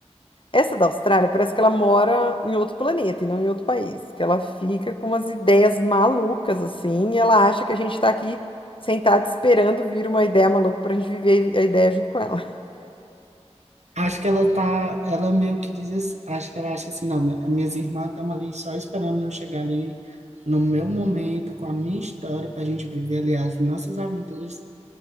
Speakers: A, on the left; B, on the right.
A: essa da Austrália parece que ela mora em outro planeta e não em outro país, que ela fica com umas ideias malucas assim, e ela acha que a gente está aqui sentado esperando vir uma ideia maluca para a gente viver a ideia junto com ela.
B: Acho que ela tá, ela meio que diz assim, acho que ela acha assim, não, minha- minhas irmãs estão ali só esperando eu chegar ali no meu momento, com a minha história, pra gente viver ali as nossas aventuras,